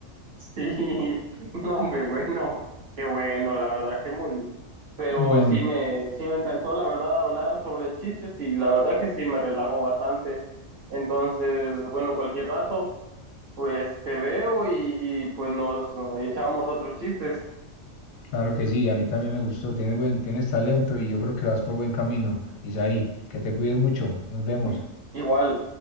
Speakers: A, on the right; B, on the left.
A: Sí, <laughs> no, hombre, bueno, qué bueno, la verdad, que muy... Pero
B: Bueno,
A: sí me, sí me encantó, la verdad, hablar sobre chistes y la verdad que sí me relajó bastante. Entonces, bueno, cualquier rato, pues te veo y, y, pues nos echamos otros chistes.
B: Claro que sí, a mí también me gustó, tienes buen, tienes talento y yo creo que vas por buen camino. Isaí, que te cuides mucho, nos vemos.
A: I- Igual.